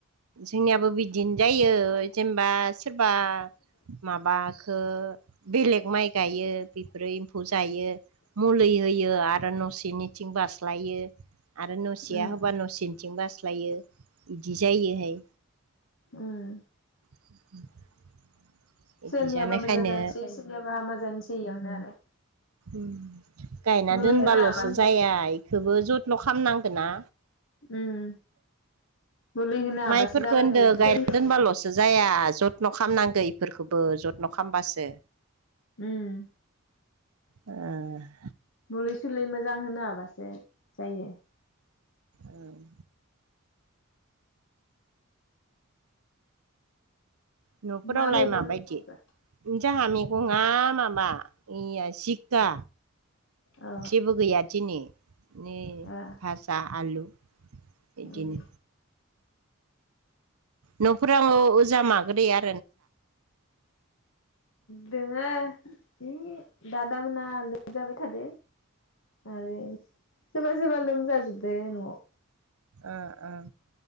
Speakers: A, on the right (about 80°); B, on the left (about 60°).
A: जोंनियाबो बिदिनो जायो <unintelligible> बा सोरबा माबाखो बेलेग माइ गायो। बेफोरो एम्फौ जायो। मुलै होयो आरो नसेनिथिं <unintelligible> <unintelligible> आरो न'सेया
B: उम
A: होबा न'सेनिथिं बास्लायो। बिदि जायोहाय।
B: ओम।
A: <unintelligible> इदि
B: सोरनियाबा
A: जानायखायनो
B: मोजां जानोसै, सोरनियाबा हामा जानोसै इयावनो आरो।
A: उम। गायना
B: मुलि
A: दोनबाल'सो
B: होना हाबासो
A: जाया बेखौबो जथ्न' खालामनांगोन ना।
B: उम। मुलि होनो हाबासो
A: माइफोरखौ
B: जालायबायो
A: होनदों
B: बेयो
A: गायना दोनबाल'सो जाया जथ्न' खालामनांगो <unintelligible> <unintelligible> जथ्न' खालामबासो।
B: उम।
A: ओ
B: मुुलि- सुलि मोजां होनो हाबासो जायो।
A: ओम। न'फोरावलाय
B: मा मैगं
A: माबायदि
B: संखो?
A: जोंहा मैगङा माबा <unintelligible> जिक्खा
B: औ
A: जेबो गैया दिनै। <unintelligible>
B: ओ
A: भाजा आलु बिदिनो।
B: उम
A: न'फोराव अजा माग्रैया
B: दोङो है दादा मोना लोमजाबाय थादो। आरो सोरबा- सोरबा लोमजाजोबदो न'आव।
A: ओ, ओ